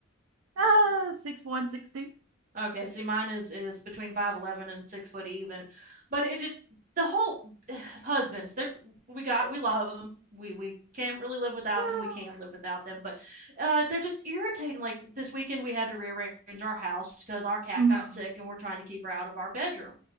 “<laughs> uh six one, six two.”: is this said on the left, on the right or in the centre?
Right